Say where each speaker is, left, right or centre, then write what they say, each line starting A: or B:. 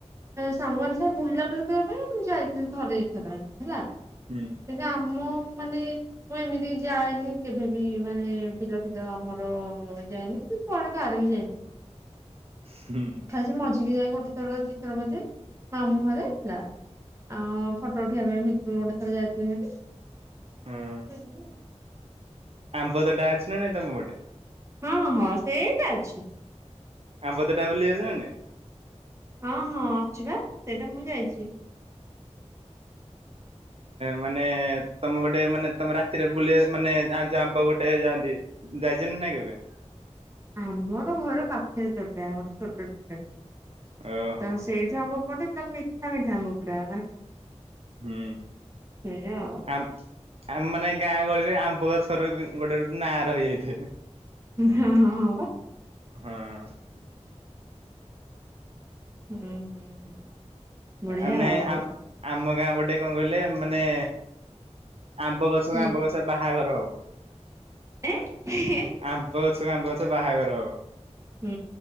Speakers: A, on the right (about 25°); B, on the right (about 60°).
A: ସାଙ୍ଗମାନଙ୍କ ସାଙ୍ଗେ ବୁଲାବୁଲି କରିବା ପାଇଁ ମୁଁ ଯାଇଥିଲି ଥରେ ଦିଥର ହେଲା
B: ହୁଁ।
A: କିନ୍ତୁ ଆମ ମାନେ ମୁଁ ଏମିତି ଯାଏନି କେଭେବିି ମାନେ ବିଲଫିଲ ଆମର ଯାଏନି କି କୁଆଡେ କାହାର ବି ଯାଇନି
B: ହୁଁ।
A: ସେ ସେ ମଜା <unintelligible> ଯାଇ ଗୋଟେ ଥର ଦିଥର ମଧ୍ୟ ମାମୁଁରେ ହେଲା ଆଉ ଫଟୋ ଉଠେଇ ପାଇଁ ଭିତରୁ ଗୋଟେ ଥର ଯାଇଥିଲି ସେଠି
B: ହଁ ଆମ୍ବ ତୋଟା ଅଛି ନା ନାଇ ତମ ପଟେ
A: ହଁ ହଁ ସେଇଟା ଅଛି
B: ଆମ୍ବ ତୋଟା ବୁଲି ବାକୁ ଯାଉନି
A: ହଁ ହଁ ଅଛି ବା ସେଇଟା ମୁଁ ଯାଇଛି
B: ମାନେ ତମେ ଗୋଟେ ମାନେ ତମେ ରାତିରେ ବୁଲ ମାନେ ଆ ଆମ୍ବ ଗୋଟେ ଯାଆନ୍ତି ଯାଇଛନ୍ତି ନାଇଁ କେବେ
A: ଆମର ଘର ପାଖରେ ତୋଟା ଛୋଟ ତୋଟା
B: ଓହୋ
A: ତ ସେଇଠି ଯୋଗ ଆମ୍ବ ପଡ଼େ ମିଠା ମିଠା ଆମ୍ବ ପୁରା
B: ହୁଁ
A: ସେଇଆ ଆଉ।
B: ଆ ଆ ମାନେ ଗାଁ ଗହଳିରେ ଆମ୍ବ ଗଛର ଗୋଟେ ନା ରହିଯାଇଥିବେ।
A: ହଁ ହଁ ହଁ
B: ହଁ
A: ହୁଁ ହୁଁ ହୁଁ ବଢିଆ
B: ମାନେ
A: ଆଉ।
B: ଆମ ଗାଁ ଗୋଟେ କଣ କହିଲେ ମାନେ ଆମ୍ବ ଗଛ
A: ହୁଁ
B: ବା ଆମ୍ବ ଗଛ ବାହାଘର ହେବ।
A: <unintelligible>
B: ଆମ୍ବ ଗଛ କୂ ଆମ୍ବ ଅଛୁ ବାହାଘର ହବ।
A: ହୁଁ